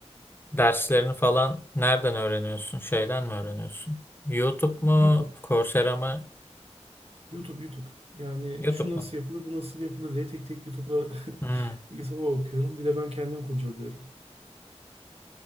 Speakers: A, on the left (about 20°); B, on the right (about 60°).
A: derslerini falan nereden öğreniyorsun? Şeyden mi öğreniyorsun? YouTube mu?
B: YouTube
A: Coursera mı?
B: YouTube YouTube. Yani
A: YouTube
B: şu nasıl
A: mu?
B: yapılır, bu nasıl yapılır diye tek tek YouTube'a
A: Hmm.
B: <laughs> YouTube'a bakıyorum. Bir de ben kendim kurcalıyorum.